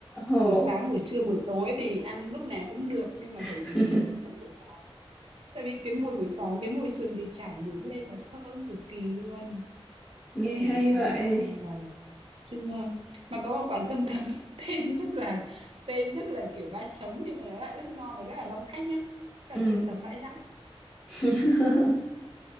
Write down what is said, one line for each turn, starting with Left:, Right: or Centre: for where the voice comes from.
Left: Ồ,
Right: buổi sáng buổi trưa buổi tối thì ăn lúc nào cũng được nhưng mà
Left: <laughs>
Right: thường mọi người sẽ ăn cơm trắng buổi sáng tại vì cái mùi buổi sáng cái mùi sườn bị chả nướng lên nó thơm cực kỳ luôn
Left: nghe
Right: xong rồi
Left: hay
Right: chan
Left: vậy.
Right: mỡ hành vào siêu ngon mà có một quán cơm tấm <laughs> tên rất là tên rất là kiểu ba chấm nhưng mà nó lại rất ngon và rất là đông khách nhá là
Left: Ừ.
Right: cơm tấm bãi rác
Left: <laughs>